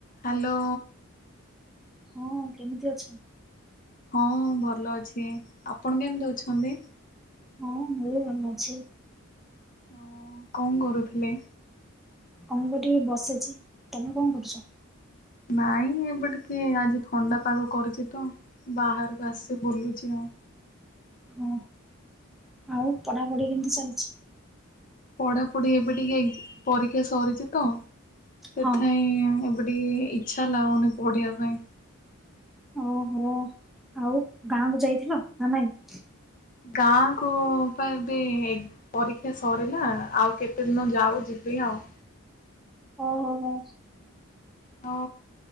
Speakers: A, on the left; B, in the centre.
A: Hello.
B: ହଁ କେମିତି ଅଛ?
A: ହଁ ଭଲ ଅଛି ଆପଣ କେମିତି ଅଛନ୍ତି?
B: ହଁ ମୁଁ ଭଲ ଅଛି।
A: ହଁ କଣ କରୁଥିଲେ?
B: କଣ କରିବି ବସଛି ତମେ କଣ କରୁଛ?
A: ନାଇଁ ଏବେ ଟିକେ ଆଜି ଥଣ୍ଡା ପାଗ କରିଛି ତ ବାହାରକୁ ଆସି ବୁଲୁଛି ମୁଁ।
B: ଓହୋ ଆଉ ପଢାପଢି କେମିତି ଚାଲିଛି?
A: ପଢାପଢି ଏବେ ଟିକେ ଏଗଜ ପରୀକ୍ଷା ସରିଛି ତ ସେଥିପାଇଁ
B: ହଁ
A: ଏବେ ଟିକେ ଇଚ୍ଛା ଲାଗୁନି ପଢିବା ପାଇଁ।
B: ଓହୋ ଆଉ ଗାଁକୁୁ ଯାଇଥିଲ ନା ନାଇଁ?
A: ଗାଁ କୁ ପା ଏବେ ଏଇ ପରୀକ୍ଷା ସରିଲା ଆଉ କେତେ ଦିନ ଯାଉ ଯି ବି ଆଉ।
B: ଓ ହୋ ହୋ।
A: ହଁ